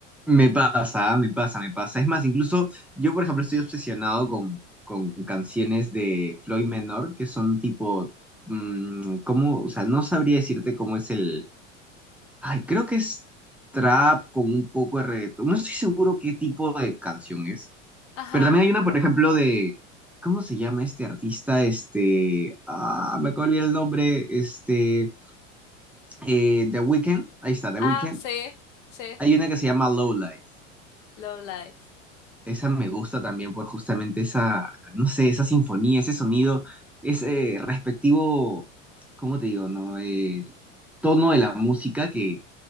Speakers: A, in the centre; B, on the left.
A: Me pasa, me pasa, me pasa. Es más, incluso yo, por ejemplo, estoy obsesionado con, con canciones de Floyd Menor, que son tipo, mm, ¿cómo? O sea, no sabría decirte cómo es el... Ay, creo que es trap con un poco de reggaetón. No estoy seguro qué tipo de canción es.
B: Ajá.
A: Pero también hay una, por ejemplo, de... ¿Cómo se llama este artista? Este... Ah, me acabo de olvidar el nombre. Este... eh, The Weeknd. Ahí está, The
B: Ah,
A: Weeknd.
B: sí, sí.
A: Hay una que se llama Low Life.
B: Low Life.
A: Esa me gusta también por justamente esa, no sé, esa sinfonía, ese sonido, ese respectivo, ¿cómo te digo, no? Eh, tono de la música que,